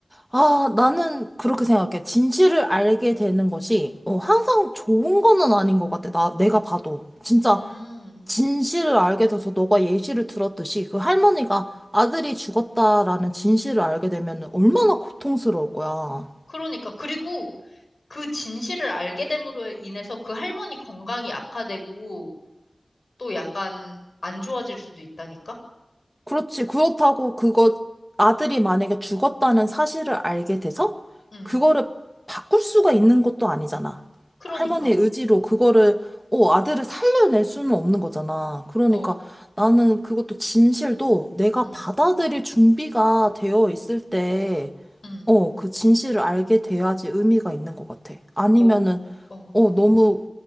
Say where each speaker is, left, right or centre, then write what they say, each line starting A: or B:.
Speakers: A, in the centre; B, on the left.
A: 아, 나는 그렇게 생각해. 진실을 알게 되는 것이, 어, 항상 좋은 거는 아닌 것 같아. 나, 내가 봐도. 진짜,
B: 음,
A: 진실을 알게 돼서 너가 예시를 들었듯이, 그 할머니가 아들이 죽었다라는 진실을 알게 되면 얼마나 고통스러울 거야.
B: 그러니까. 그리고 그 진실을 알게 됨으로 인해서 그 할머니 건강이 악화되고 또 약간 안 좋아질 수도 있다니까?
A: 그렇지. 그렇다고 그거 아들이 만약에 죽었다는 사실을 알게 돼서
B: 응.
A: 그거를 바꿀 수가 있는 것도 아니잖아.
B: 그러니까.
A: 할머니의 의지로 그거를 어, 아들을 살려낼 수는 없는 거잖아. 그러니까
B: 어.
A: 나는 그것도 진실도 내가
B: 응.
A: 받아들일 준비가 되어 있을 때
B: 응.
A: 어, 그 진실을 알게 돼야지 의미가 있는 것 같아. 아니면은
B: 어. 어.
A: 어, 너무